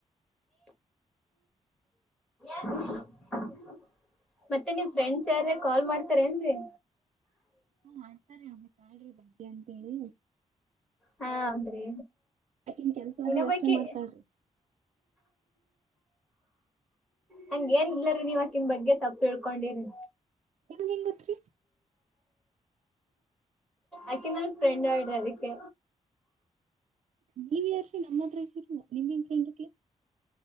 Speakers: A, in the centre; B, on the right.
A: <inaudible> ಮತ್ತೆ ನಿವ ಫ್ರೆಂಡ್ಸ್ ಯಾರ ಕಾಲ್ ಮಾಡ್ತಾರ ಏನ್ೀ
B: ಹ್ಮ ಮಾಡಡ್ತಾರೀ ಒಮ್ಮೆ ಕಾ್ರಿ ಬದ್ಯ ಅಂತೇಳಿ
A: ಹಾ ಹೌದ್ರಿ
B: ಯಾಕನ್ ಕೆಲ್ಸ ಆಗದ
A: ಇನ್ನೊಬ್ಬಕಿ
B: ಅಷ್ಟೇ ಮಾಡ್ತಾ್ರಿ
A: ಹಂಗೇಏನ್ಿಲ್ಲರಿೀ ನೀವಕನ್ ಬಗ್ಗೆ ತಪ್ಪು ತಿಳ್ಕೊಂಡಿರಿ
B: ಹೆಂಗ ಗತ್ರಿ
A: ಅಕ ನಲ್ ಫ್ರೆಂಡ್ ಆಡ್ರಿ ಅದಕ್ಕೆ
B: ನೀವ ಯಾರೀ ನಮ್ಮತ್ರ ರಿ ನಿಮನ್ ಫ್ರೆಂಡಕ್ಕೆ